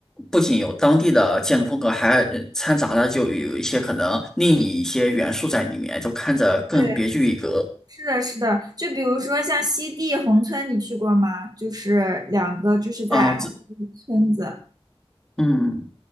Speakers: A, in the centre; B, on the right (about 40°).
A: 不仅有当地的建筑风格，还呃掺杂了就有一些可能另一些元素在里面，就看着更别具一格。
B: 对。是的，是的，就比如说像西递宏村，你去过吗？就是两个，就是在安徽的村子。
A: 啊、这嗯